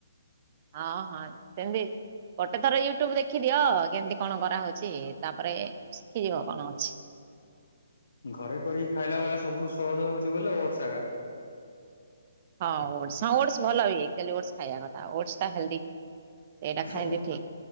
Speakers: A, on the right; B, on the left.
A: ହଁ- ହଁ ସେମିତି। ଗୋଟେ ଥର ୟୁଟ୍ୟୁବ ଦେଖିଦିଅ, କେମିତି କଣ କରାହଉଛି? ତାପରେ ଶିଖିଯିବ କଣ ଅଛି
B: ହଁ ଘରେ କରିକି ଖାଇଲା ଭଳିଆ ସବୁଠୁ ସହଜ ହଉଛି, ବୋଇଲେ ଓଟ୍ସ ହେଗା।
A: ହଁ- ହଁ ଓଟସ ଭଲ ହଏ ଖାଇବା କଥା ଓଟସ ଟା ହେଲ୍ଦି। ସେଇଟା ଖାଇଲେ
B: ସବୁ
A: ଠିକ।